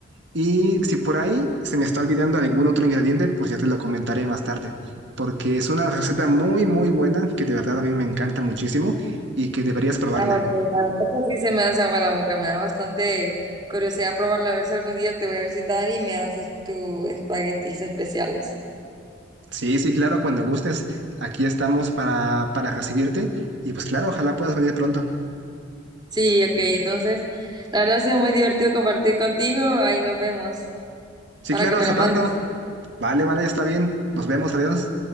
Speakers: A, on the right; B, on the right.
A: Y si por ahí se me está olvidando algún otro ingrediente, pues ya te lo comentaré más tarde, porque es una receta muy, muy buena que de verdad a mí me encanta muchísimo y que deberías probarla.
B: Ah, ok, La verdad que sí se me hace agua la boca, me da bastante curiosidad probarla, a ver si algún día te voy a visitar y me haces tus espaguetis especiales.
A: Sí, sí, claro, cuando gustes, aquí estamos para, para recibirte y pues claro, ojalá puedas venir pronto.
B: Sí, ok, entonces, la verdad ha sido muy divertido compartir contigo, ahí nos vemos
A: Sí,
B: para
A: claro,
B: que me
A: hasta
B: la
A: pronto.
B: mandes.
A: Vale, vale, está bien. Nos vemos, adiós.